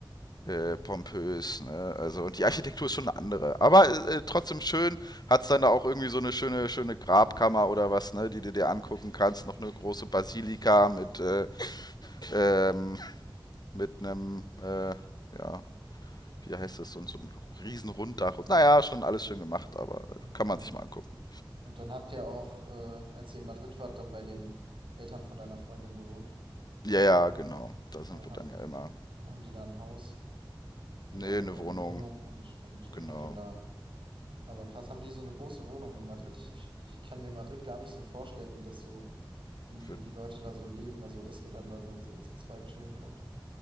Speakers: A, on the left; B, on the right.
A: äh, pompös. Ne? Also und die Architektur ist schon eine andere. Aber äh, trotzdem schön. Hat's dann da auch irgendwie so eine schöne, schöne Grabkammer oder was, ne, die du dir angucken kannst. Noch eine große Basilika mit äh, ähm, mit einem äh, ja wie heißt das, so, so ein riesen Runddach. Und, naja, schon alles schön gemacht, aber
B: Okay.
A: kann man sich mal angucken.
B: Und dann habt ihr auch, äh, als ihr in Madrid wart, dann bei den Eltern von deiner Freundin gewohnt.
A: Ja, ja, genau. Da sind
B: Äh, haben,
A: wir dann ja immer.
B: haben die da ein Haus oder,
A: Nee, eine
B: oder eine
A: Wohnung,
B: Wohnung und, und ihr
A: genau.
B: könnt dann da. Aber krass, haben die so eine große Wohnung in Madrid? Ich, ich, ich kann mir Madrid gar nicht so vorstellen, wie das so, wie,
A: Für-
B: wie die Leute da so leben. Also, dass ihr dann da so, so zu zweit chillen könnt.